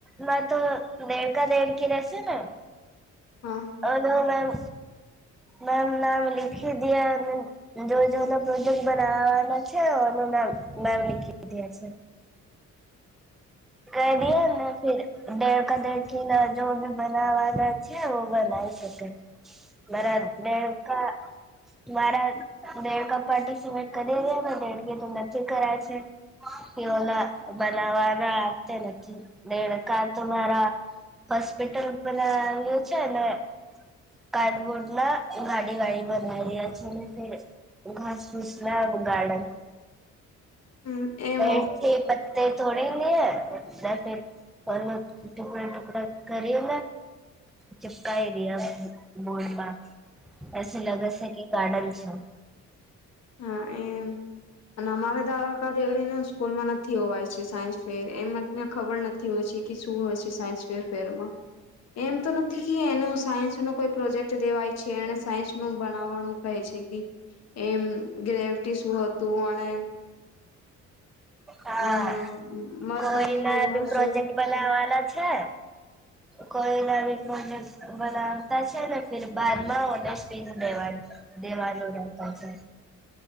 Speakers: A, in the centre; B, on the left.
A: માં તો દેડકા દેડકી રહેશે ને
B: હા
A: હ ના મેમ મેમ નામ લિખી દયા જો પ્રોજેક્ટ બનાવાનો છે એનું નામ મેમ લિખી દયા છે. ક દના ફેર દેડકા દેડકી થી ના જો બી બનાવાના છે ઓ બનાવી શકે બરાબ ડેડકા મારા દેડકા પાર્ટિસિપેટ કરીેેને દેડકે તો નથી કરાય છે એઓ બનાવાના આવતા નથી દેડકા તો મારા હોસ્પિટલ બનાવ્યું છે ને કાર્ડબોર્ડ ના ગાડી વાાડી બનાઇલ છેને ફેર ઘાસ ભૂસ ના ગાર્ડન
B: એ એમ
A: પેડ થી પત્તૈ થોડીનેે ટુકડા ટુકડા કરી ચીપકાવી રહ બોડમાં એસે લગસ કે ગાર્ડનસ હમ.
B: હા એમ અને અમારે દારા ક એવી ને સ્કૂલમાં નથી વાય છે સાયન્સ ફેર એમને ખબર નથી હોય છે કે શું હોય છે. સાયન્સ વેરફેરમાં એમ તો નથી કે એને સાયન્સ ન કોઈ પ્રોજેક્ટ દેવાય છે એને સાયન્સ નું બણવવાણુ કહે છે. એમ ગ્રેવિટી શું હતું અને
A: હા
B: હમ મરકરી
A: કોઈ
B: યુએનસ
A: ના બી પ્રોજેક્ટ
B: જો
A: બનાવાના છે. કોઈના બી પ્રોજેકટ બનાવતા છે ને બાદમાં ઓનેસ્ડસ્ટ બિને દેવાનું રહેતા છે.